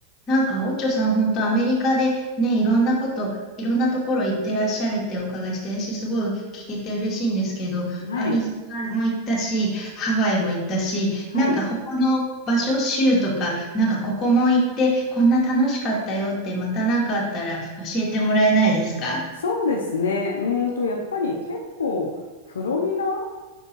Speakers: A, on the left (about 35°); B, on the left (about 85°).
A: なんか、オッチョさん、本当アメリカでね、いろんなこと、いろんなところ行ってらっしゃるってお伺いして、私すごい聞けて嬉しいんですけど、
B: はい。
A: アリゾナも行ったし、ハワイも行ったし、
B: はい。
A: なんか他の場所、州とか、なんかここも行って、こんな楽しかったよって、またなんかあったら教えてもらえないですか
B: そうですね。うーんと、やっぱり結構、フロリダ、